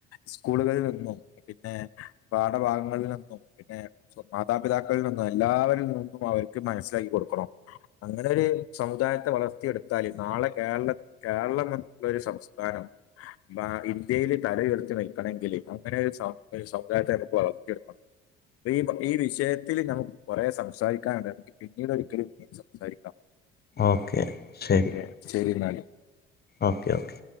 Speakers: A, on the left (about 50°); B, on the left (about 30°).
A: സ്കൂളുകളിൽ നിന്നും പിന്നെ പാഠഭാഗങ്ങളിൽ നിന്നും പിന്നെ മാതാപിതാക്കളിൽ നിന്നും എല്ലാവരിൽ നിന്നും അവർക്ക് മനസ്സിലാക്കികൊ ക്കണം അങ്ങനെ ഒരു സമുദായത്തെ വളർത്തി എടുത്താല് നാളെ കേരള കേരളമെ ള്ളൊര് സംസ്ഥാനം ഭാ ഇന്ത്യയില് തല ഉയർത്തി നിക്കണെങ്കില് അങ്ങനൊരു സം ഒര് സമുദാ യത്തെ നമുക്ക് വളർത്തിയെടുക്കണം ഇപ്പ ഈ ഈ വിഷയത്തില് നമുക്ക് കുറെ സംസാരിക്കാനുണ്ട് നമക്ക് പിന്നീട് ഒരിക്കല് ഇനിം സംസാരിക്കാം
B: ഓക്കെ ശരി
A: ഓക്കെ ശരി ഇന്നാല്
B: ഓക്കെ ഓക്കെ